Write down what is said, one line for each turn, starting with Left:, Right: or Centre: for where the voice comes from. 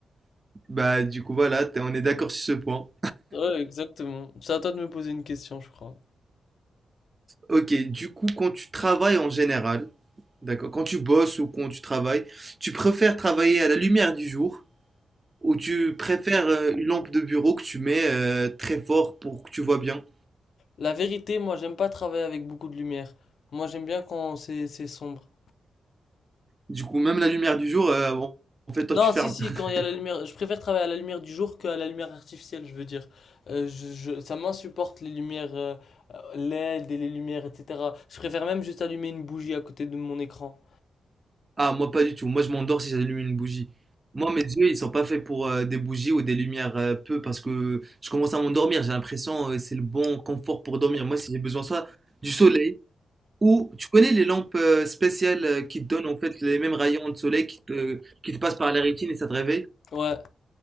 Right: Bah du coup, voilà, t'es- on est d'accord sur ce point.
Left: Ouais, exactement. C'est à toi de me poser une question, je crois.
Right: Ok, du coup, quand tu travailles en général, d'accord, quand tu bosses ou quand tu travailles, tu préfères travailler à la lumière du jour ou tu préfères euh, une lampe de bureau que tu mets euh, très fort pour que tu vois bien?
Left: La vérité, moi, j'aime pas travailler avec beaucoup de lumière. Moi, j'aime bien quand c'est c'est sombre.
Right: Du coup, même la lumière du jour, euh, en en fait, toi,
Left: Non,
Right: tu fermes.
Left: si, si,
Right: <laughs>
Left: quand il y a la lumière, je préfère travailler à la lumière du jour qu'à la lumière artificielle, je veux dire. Euh, je, je- ça m'insupporte les lumières euh, euh, LED et les lumières, etc. Je préfère même juste allumer une bougie à côté de mon écran.
Right: Ah, moi, pas du tout. Moi, je m'endors si j'allume une bougie. Moi, mes yeux, ils sont pas faits pour euh, des bougies ou des lumières euh, peu parce que je commence à m'endormir. J'ai l'impression euh, c'est le bon confort pour dormir. Moi, si j'ai besoin soit du soleil, Ou tu connais les lampes euh, spéciales euh, qui te donnent en fait les mêmes rayons de soleil qui te, qui te passent par la rétine et ça te réveille?
Left: Ouais.